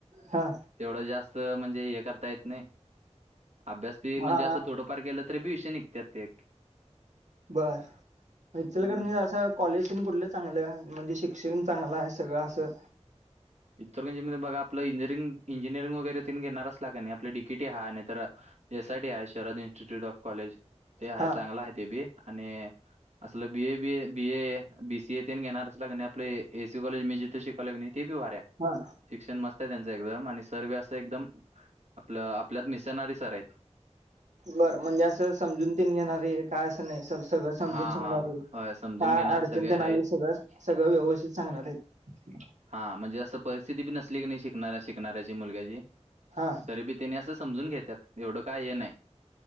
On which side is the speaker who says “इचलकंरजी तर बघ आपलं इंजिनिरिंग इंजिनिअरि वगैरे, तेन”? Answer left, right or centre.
Right